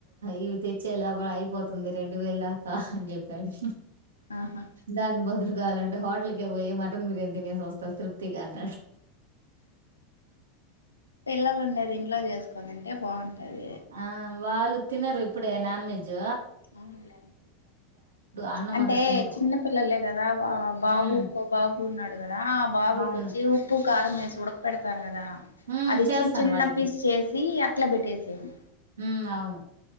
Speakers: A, on the right (about 75°); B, on the left (about 85°).
A: ఇవి తెచ్చే లోపల అయిపోతుంది రెండు వేల దా కా అని చెప్పాడు
B: ఆహా
A: దాని బదులు కావాలంటే హోటల్కే పోయి మటన్ బిర్యానీ తినేసి వ స్తా తృప్తిగా అన్నాడు
B: పిల్లలు ఉండేది ఇంట్లో చేసుకోనింటే బాగుంటది
A: ఆ వాళ్ళు తినరు ఇప్పుడే నాన్ వెెజ్
B: అవునలే
A: అన్నం
B: అంటే
A: అంతా తినరు
B: చిన్న పిల్లలే కదా బాబుకు
A: హ్మ్
B: బాబు ఉన్నాడు కదా ఆ బాబుకి
A: అవును
B: వచ్చి ఉప్పు కారం వేసి ఉడక పెడతారు కదా
A: హ్మ్
B: అది
A: చేస్తాను
B: చిన్న చిన్న
A: వాడికి
B: పీస్ చేసి అట్లా పెట్టేసేయండి
A: ఉ అవును